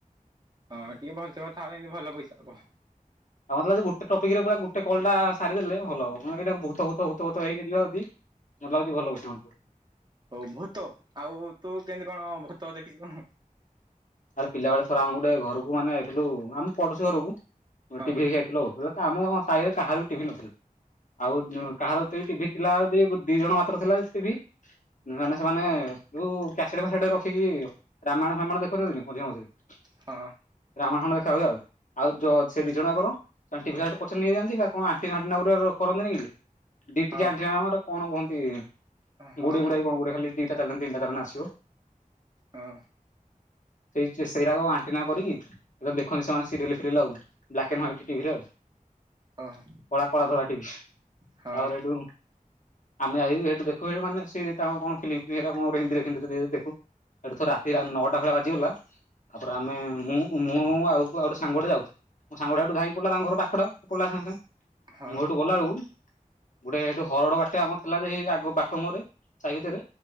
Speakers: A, on the right; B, on the left.
A: ହଁ ଟିକେ ଭଲସ କଥା ହେଲେ ଇନ୍ଦି ଭଲ ପଇସା ଦବ।
B: ଆଉ ମତେ ଲାଗୁଚି ଗୋଟ ଟପିକ ରେ ପୁରା ଗୋଟେ କଲ ଟା ସାରି ଦେଲେ ଭଲ ହବ <unintelligible> ବହୁତ ଭୁତ ଭୁତ ଭୁତ ହେଇକି ଯିବା ଯଦି ମତେ ଲାଗୁଚି ଭଲ ପଇସା ମିଳୁଥିବ।
A: ହଉ ଭୂତ ଆଉ ତୁ କେମିତି କଣ ଭୂତ ଦେଖିଛୁ
B: ଆରେ ପିଲା ବେଳେ ଥରେ ଆମେ ଗୋଟେ ଘରକୁ ମାନେ ଆଇଥିଲୁ ଆମେ ପଢୁଶୀ ଘରକୁ
A: ହଁ
B: ଟିଭି ଆମ ସାହିରେ କାହାର ବି ଟିଭି ନଥିଲା ଆଉ କାହାର ସେଇ ଟିଭି ଥିଲା ଦି ଦି ଜଣ ମାତ୍ର ଥିଲା ଟିଭି। ମାନେ ସେମାନେ ଯୋଉ କ୍ୟାସେଟ ଫ୍ୟାସେଟ ରଖିକି ରାମାୟଣ ଫାମଣ ଦେଖ କରଦିନି ମଝରେ ମଝିରେ।
A: ହଁ।
B: ରାମୟଣ ଖଣ୍ଡେ ଦେଖାହୁଏ ଆଉ। ଆଉ ଯ ସେ ଦିଜଣ ଆମର <unintelligible> ପଛରେ ନେଇଯାଆନ୍ତି ବା କଣ ଆଣ୍ଟିନା ଫାଣ୍ଟିନା ଗୋଟେ କରନ୍ତିନ କି। ଦି ଟିକେଆ
A: ହଁ।
B: ଆଣ୍ଟିନା କଣ କୁହନ୍ତି
A: ହଁ
B: ଗୁଡେଇ
A: ହଁ
B: ଗୁଡେଇ କଣ ଗୁରେ ଖାଲି ଦିଟା <unintelligible> ଆସିବ
A: ହଁ।
B: ସେଇ ସେଇରାକ ଆଣ୍ଟିନା କରିକି। ଦେଖନ୍ତି ସେମାନେ ସରିଏଲେ ଫିରିଏଲ୍ ଆଉ ବ୍ଲାକ୍ ଆଣ୍ଡ ହ୍ୱାଇଟ୍ ଟିଭିରେ ଆଉ।
A: ହଁ
B: କଳା କଳା ଧରା ଟିଭି ତାପରେ
A: ହଁ
B: ହେଠୁ ଆମେ ଆଇ ଲେଟ ଦେଖୁ ଏଇ ମାନେ ସେ ତାଙ୍କର କଣ ଫିଲିମି ଇଏରା କଣ ଗୁରେ ହିନ୍ଦୀରେ <unintelligible> ଦେଖୁ। ହେଠୁ ତ ରାତି ହେଲାନେ ନ ଟା ଭଳିଆ ବାଜିଗଲା ତାପରେ ଆମେ ମୁଁ ମୁଁ ଆଉ ପୁ ଆଉ ଗୋଟେ ସାଙ୍ଗଟେ ଯାଉଛୁ। ମୋ ସାଙ୍ଗଟା ହେଠୁ ଧାଇଁ ପଡିଲା ତାଙ୍କ ଘର ପାଖ ଟ ପଳେଲା ସାଙ୍ଗେ ସାଙ୍ଗେ
A: ହଁ
B: ମୁଁ ହେତୁ ଗଲା ବେଳକୁ ଗୋଟେ ହେଠୁ ହରଡ ବାଟେ ଆମର ଥିଲା ଯେ ହେଇ ଆଗ ବାଟ ମୁଁହରେ। ସାଇ ଭିତିରେ